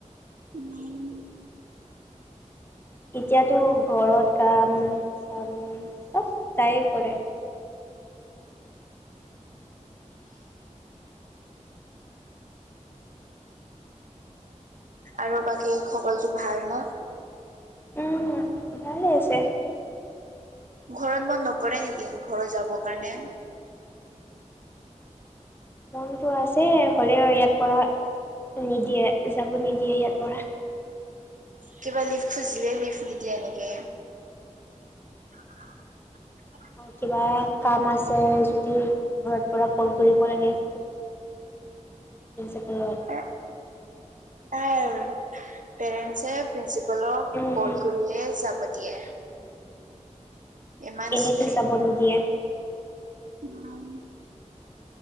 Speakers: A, on the right; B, on the left.
A: উম।
B: এতিয়াতো ঘৰত কাম চাম চ'ব তাইয়ে কৰে।
A: আৰু বাকী খবৰটো ভাল ন।
B: উম, ভালেই আছে।
A: ঘৰত মন নকৰে নেকি, ঘৰত যাবৰ কাৰণে।
B: মনটো আছে হ'লেও ইয়াৰ পৰা নিদিয়ে, যাব নিদিয়ে ইয়াৰ পৰা।
A: কিবা লিভ খুজিলে লিভ নিদিয়ে এনেকে। <unintelligible>
B: কিবা কাম আছে যদি ঘৰৰ পৰা ক'ল কৰিব লাগে। প্ৰিন্সিপালত
A: হে তাই পেৰেন্টচ প্ৰিন্সিপালক
B: উম,
A: ক'ল কৰিয়ে যাব দিয়ে। ইমান
B: এনেতো
A: ষ্ট্ৰিক্ট।
B: যাব নিদিয়ে।
A: উম।